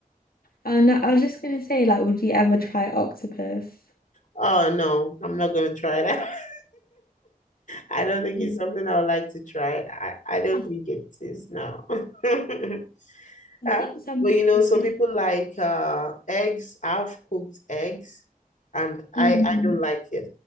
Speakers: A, on the left (about 80°); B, on the left (about 55°).
A: Oh no, I was just gonna say, like, would you ever try octopus?
B: Oh, no, I'm not going to try that. <laughs> I don't think
A: Mm.
B: it's something I would like to try. I, I don't
A: I,
B: think it is, no. <laughs>
A: I
B: Yeah.
A: think some
B: But
A: people
B: you know,
A: say,
B: some people like uh eggs, half cooked eggs, and I
A: mm,
B: I don't like it.